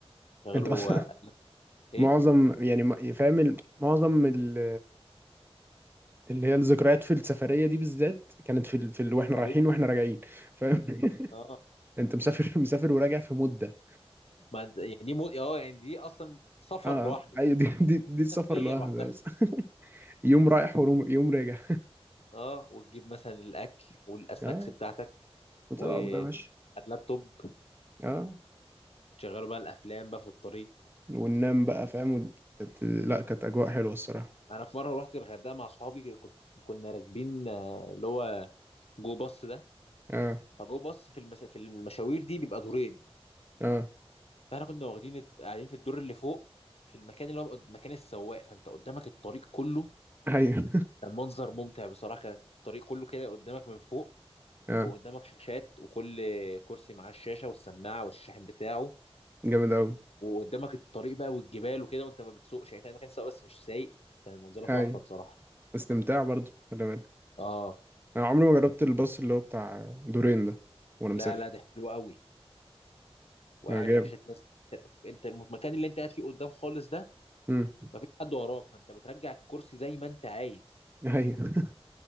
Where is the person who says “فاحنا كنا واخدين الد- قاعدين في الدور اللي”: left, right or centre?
Left